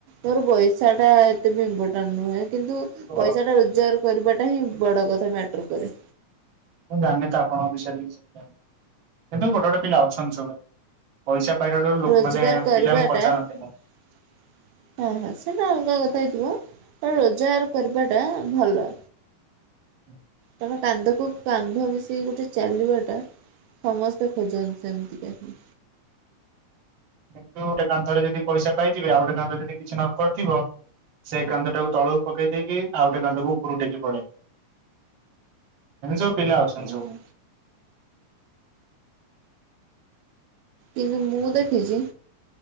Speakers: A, on the right; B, on the right.
A: ମୋର ପଇସା ଟା ଏତେ ବି ଇମ୍ପୋର୍ଟାଣ୍ଟ ନୁହେଁ କିନ୍ତୁ।
B: ତ
A: ପଇସା ଟା ରୋଜଗାର କରିବାଟା ହିଁ ବଡ କଥା ମ୍ୟାଟର କରେ।
B: ମୁଁ ଜାଣିନି ତ ଆପଣଙ୍କ ବିଷୟରେ କିଛି। କିନ୍ତୁ ଗୋଟେ ଗୋଟେ ପିଲା ଅଛନ୍ତି ସବୁ ପଇସା ପାଇଲାଠୁ ଲୋକ
A: ରୋଜଗାର
B: ମାନେ
A: କରିବାଟା
B: ପିଲାଙ୍କୁ ପଚାରନ୍ତି ନି।
A: <inaudible> ହଁ ହଁ ସେଇଟା ଅଲଗା କଥା ହେଇଥିବ ତ ରୋଜଗାର କରିବାଟା ଭଲ।
B: ହୁଁ।
A: କାରଣ କାନ୍ଧକୁ କାନ୍ଧ ମିଶେଇକି ଗୋଟେ ଚାଲିବାଟା। ସମସ୍ତେ ଖୋଜନ୍ତି ସେମିତିକା ହିଁ।
B: କିନ୍ତୁ ଗୋଟେ କାନ୍ଧରେ ଯଦି ପଇସା ପାଇଯିବେ ଆଉ ଗୋଟେ କାନ୍ଧ ଯଦି କିଛି ନ କରିଥିବ। ସେଇ କାନ୍ଧଟାକୁ ତଳକୁ ପକେଇ ଦେଇକି ଆଉଟା କାନ୍ଧ କୁ ଉପରୁ ଟେକି କି ପଳେଇବେ। ଏମିତି ସବୁ ପିଲା ଅଛନ୍ତି
A: ଓହୋ
B: ସବୁ।
A: କିନ୍ତୁ ମୁଁ ଦେଖିଛି।